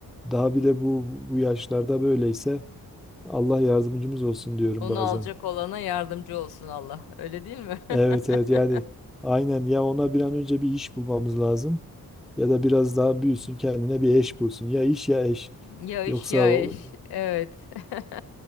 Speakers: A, in the centre; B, on the left.
A: daha bir de bu bu yaşlarda böyleyse. Allah yardımcımız olsun diyorum
B: Onu
A: bazen.
B: alacak olana yardımcı olsun Allah. Öyle değil mi?
A: Evet evet
B: <laughs>
A: yani aynen ya ona bir an önce bir iş bulmamız lazım ya da biraz daha büyüsün kendine bir eş bulsun. Ya iş ya eş.
B: Ya iş
A: Yoksa
B: ya
A: o-
B: iş. Evet. <laughs>